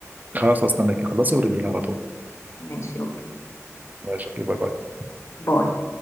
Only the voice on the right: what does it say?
خلاص استناك خلصي ورني لي على طول
ماشي اوكي باي باي